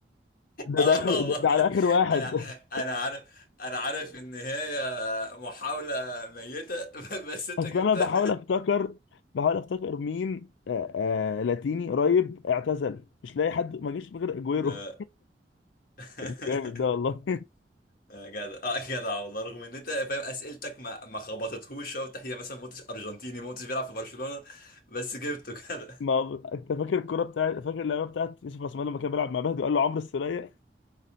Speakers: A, on the left (about 85°); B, on the left (about 55°).
A: ده
B: اه
A: ده آخر-
B: والله
A: ده على اخر واحد
B: انا
A: <laughs>
B: انا عارف انا عارف ان هي محاولة ميتة <laughs> بس انت
A: اصل
B: جبتها
A: انا بحاول افتكر بحاول افتكر مين آه آه لاتيني قريب اعتزل مش لاقي حد ما جيش غير اجويرو
B: آه. <laughs>
A: <laughs> جامد ده والله <laughs>
B: آه، جدع اه جدع والله رغم ان انت فاهم اسئلتك ما ما خبطتهوش شوط هي مثلا ما قلتش ارجنتيني ما قلتش بيلعب في برشلونة بس جبته جدع
A: ما هو- انت فاكر الكوره بتاعت فاكر اللعبه بتاعت يوسف عثمان لما كان بيلعب مع مهدي وقال له عمرو السوليه